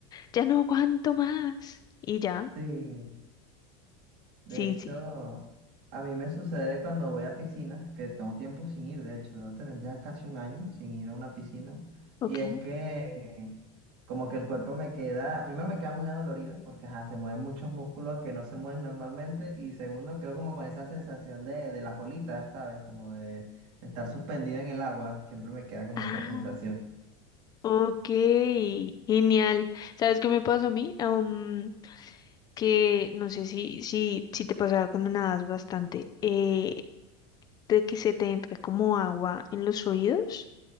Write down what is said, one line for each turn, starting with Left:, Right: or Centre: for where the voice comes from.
Left: ya no aguanto más. Y ya,
Right: Sí, de
Left: sí,
Right: hecho,
Left: sí,
Right: a mí me sucede cuando voy a piscinas, que tengo tiempo sin ir, de hecho, debo tener ya casi un año sin ir a una piscina,
Left: ok.
Right: y es que Como que el cuerpo me queda, primero me queda muy adolorido porque ajá, se mueven muchos músculos que no se mueven normalmente y segundo quedo como con esa sensación de, de las olitas, ¿sabes? Como de, de estar suspendida en el agua, siempre me queda como
Left: Ah,
Right: esa sensación.
Left: ok, genial. ¿Sabes qué me pasó a mí? Um, que no sé si, si, si te pasaba cuando nadas bastante, eh, de que se te entra como agua en los oídos